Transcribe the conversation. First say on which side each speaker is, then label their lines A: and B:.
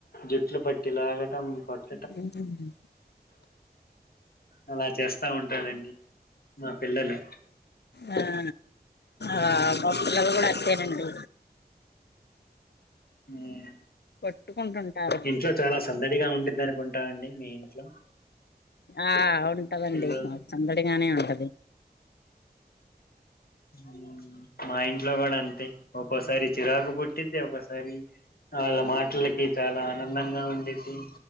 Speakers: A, on the left; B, on the left.
A: జుట్లు పట్టి లాగటం కొట్
B: లేదండి.
A: అలా చేస్తా ఉంటారండి మా పిల్లలు.
B: ఆ ఆ మా పిల్లలు గుడా అంతేనండి.
A: మ్
B: కొట్టుకుంటుంటారు
A: ఇంట్లో చాలా సందడిగా ఉండే దనుకుంటా అండి మీ ఇంట్లో
B: ఆ ఉంటదండి
A: పిల్లలతో
B: మాక్ సందడిగానే ఉంటది.
A: మ్ మా ఇంట్లో గుడా అంతే. ఒకోసారి చిరాకు పుట్టిది ఒకసారి ఆళ్ళ మాటలకి చాలా ఆనందంగా ఉండిద్ది